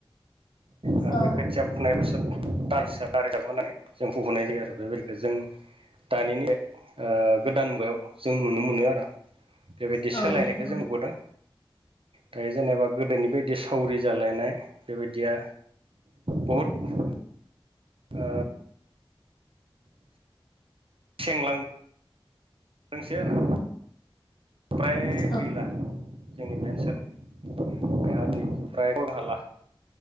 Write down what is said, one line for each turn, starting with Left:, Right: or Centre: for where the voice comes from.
Right: आरो
Left: औ
Right: बे खोथिया फु फुनायाबो सोब दा हिसाब दा हिसाब होनानै जों फुहुनाय जायो आरो बेबायदिखो जों दानिनि ओ गोदान मुगायाव जों नुनो मोनो आर' बेबायदि
Left: औ
Right: सोलायनायखौ
Left: नंगौ
Right: जों नुबोदों दायो जेनेबा गोदोनि बायदि सावरि जालायनाय बेबायदिया बहुद ओ सेंलां दोंसै आरो प्राय
Left: औ
Right: गैला। जोंनि बे ओनसोलाव बेहारनि फ्राय ख हाला